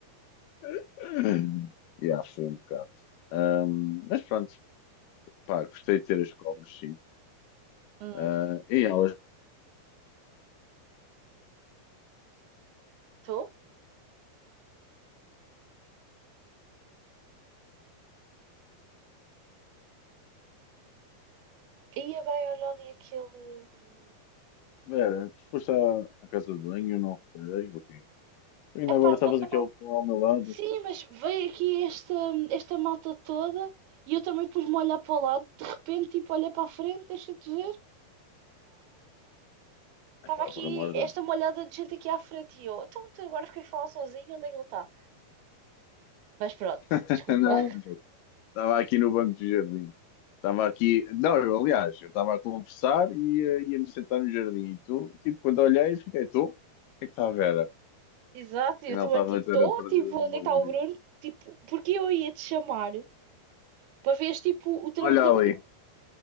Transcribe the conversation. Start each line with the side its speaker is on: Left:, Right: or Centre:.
Left: <laughs> Yeah, foi um bocado. Ahm, mas pronto, pá, gostei de ter as cobras, sim.
Right: <laughs>
Left: Ah, e elas,
Right: Estou? Ia bem, olha ali aquele. hum,
Left: Vera, tu foste à, à casa de banho, eu não reparei, ok. Tu ainda
Right: Epá,
Left: agora
Right: não.
Left: estavas aqui ao, ao meu lado.
Right: Sim, mas veio aqui esta, esta malta toda e eu também pus-me a olhar para o lado. De repente, tipo, olhei para a frente, deixa-te ver. Estava
Left: Epá,
Right: aqui
Left: por amor de
Right: esta
Left: Deus.
Right: molhada de gente aqui à frente e eu, então tu agora fiquei a falar sozinho, onde é que ele está? Mas pronto,
Left: <laughs>
Right: desculpa.
Left: Não,
Right: <laughs>
Left: Estava aqui no banco do jardim. Estava aqui. Não, eu, aliás, eu estava a conversar e eh, ia-me sentar no jardim. E tu, tipo, quando olhei, fiquei, tu? O que é que está a ver?
Right: Exato,
Left: Afinal,
Right: eu também
Left: estava
Right: tipo,
Left: a ter
Right: estou,
Left: a perdida
Right: tipo, onde
Left: numa
Right: é que está
Left: lurida.
Right: o Bruno? Tipo, porque eu ia te chamar para veres tipo o trambolhão
Left: Olha ali,
Right: que.